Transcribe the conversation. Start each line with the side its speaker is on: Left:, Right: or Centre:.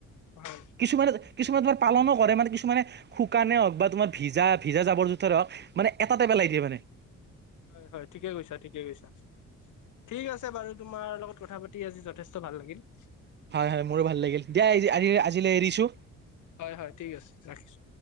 Left: হয়।
Right: কিছুমানে কিছুমানে তোমাৰ পালনো কৰে মানে কিছুমানে শুকানে হওক বা তোমাৰ ভিজা ভিজা জাবৰ জোথৰে হওক মানে এটা টপ
Left: হয়
Right: পেলাই দিয়ে মানে।
Left: হয়, হয় ঠিকে কৈছা ঠিকে কৈছা। ঠিক আছে বাৰু তোমাৰ লগত কথা পাতি আজি যথেষ্ট ভাল লাগিল।
Right: হয় হয় মোৰো ভাল লাগিল দিয়াজ আজিলৈ এৰিছো।
Left: হয় হয় ঠিক আছে ৰাখিছোঁ।